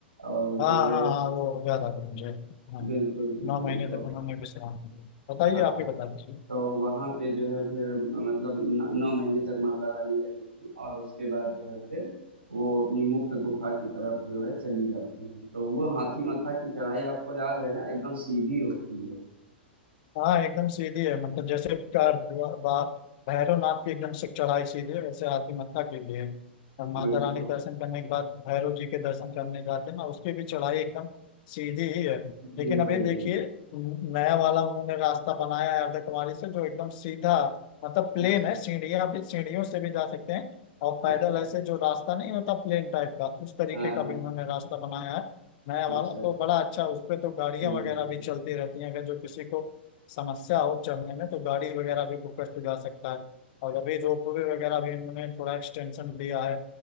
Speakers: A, on the right (about 85°); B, on the left (about 45°).
A: और
B: हाँ
A: जो है
B: हाँ हाँ वो याद आ गया मुझे हाँ
A: बिल्कुल बिल्कुल
B: नौ महीने
A: तो
B: तक उन्होंने विश्राम लिया बताइए
A: हाँ
B: आप ही बता दीजिए
A: तो वहाँ पे जो है फिर मतलब न 9 महीने तक माता रानी रही थीं और उसके बाद जो है फिर वो अपनी मुख्य गुफ़ा की तरफ जो है चली जाती हैं। तो वो हाथी मत्था की चढ़ाई आपको याद है ना एकदम सीधी होती है।
B: हाँ एकदम सीधी है मतलब जैसे कार- बा- भैरवनाथ की एकदम से चढ़ाई सीधी है वैसे हाथी मत्था की भी है और माता
A: बिल्कुल,
B: रानी के दर्शन करने के बाद भैरव जी के दर्शन करने जाते हैं ना उसकी भी चढ़ाई एकदम सीधी ही है
A: बिल्कुल,
B: लेकिन अभी देखिए
A: बिल्कुल।
B: नया वाला उन्होंने रास्ता बनाया है अर्धकुमारी से जो एकदम सीधा मतलब प्लेन
A: अच्छा,
B: है सीढ़ियाँ भी सीढ़ियों से भी जा सकते हैं और पैदल
A: अच्छा, अच्छा।
B: ऐसे जो रास्ता नहीं होता प्लेन टाइप का उस तरीके
A: हाँ,
B: का
A: हाँ।
B: भी उन्होंने रास्ता बनाया है नया
A: अच्छा,
B: वाला
A: अच्छा।
B: तो बड़ा अच्छा उस पे तो गाड़ियां
A: हुँ,
B: वगैरह
A: हुँ,
B: भी चलती रहती हैं अगर जो किसी को समस्या हो चढ़ने में तो गाड़ी वगैरह भी बुक करके जा सकता है और अभी रोप वे वगैरह भी इन्होंने थोड़ा एक्सटेंशन दिया है